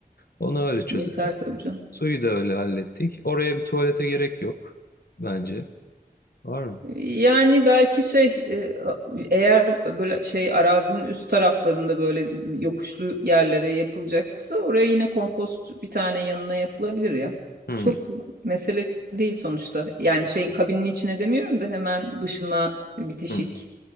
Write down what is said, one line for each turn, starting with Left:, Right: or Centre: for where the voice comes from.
Left: Onu öyle çözeriz.
Right: yeter tabii canım.
Left: Suyu da öyle hallettik. Oraya bir tuvalete gerek yok bence. Var mı?
Right: Yani belki şey e, eğer böyle şey arazinin üst taraflarında böyle yokuşlu yerlere yapılacaksa oraya yine kompost bir tane yanına yapılabilir ya.
Left: Hı,
Right: Çok mesele değil sonuçta. Yani şey kabinin içine demiyorum da hemen dışına bitişik
Left: hı.